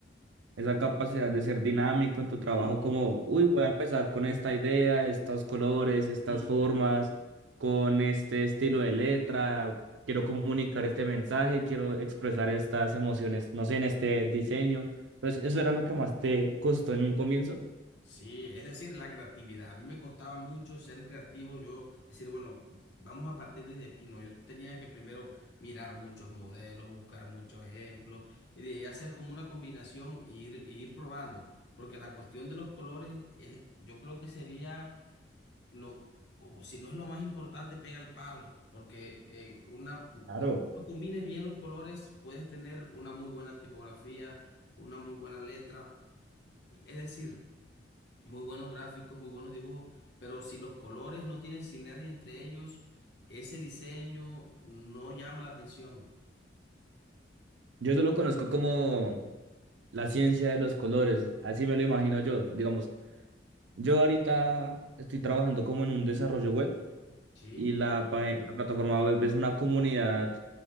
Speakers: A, on the right; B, on the left.
A: esa capacidad de ser dinámico en tu trabajo,
B: Sí,
A: como, uy, voy a empezar con esta idea, estos colores, estas
B: sí.
A: formas, con este estilo de letra, quiero comunicar este mensaje, quiero expresar estas emociones, no sé, en este diseño. Entonces, ¿eso era lo que más te costó en un comienzo?
B: Sí, es decir, la creatividad. A mí me costaba mucho ser creativo. Yo decir, bueno, vamos a partir desde aquí. No, yo tenía que primero mirar muchos modelos, buscar muchos ejemplos y de ahí hacer como una combinación e ir, e ir probando. Porque la cuestión de los colores, es- yo creo que sería lo, o si no es lo más importante, pega al palo. Porque eh, una, u-
A: Claro.
B: cuando tú combines bien los colores, puedes tener una muy buena tipografía, una muy buena letra. Es decir muy buenos gráficos, muy buenos dibujos, pero si los colores no tienen sinergia entre ellos, ese diseño no llama la atención,
A: Yo eso lo conozco como la ciencia de los colores, así me lo imagino yo. Digamos, yo ahorita estoy trabajando como en un desarrollo web.
B: ¿sí?
A: Y la, pa- la plataforma web es una comunidad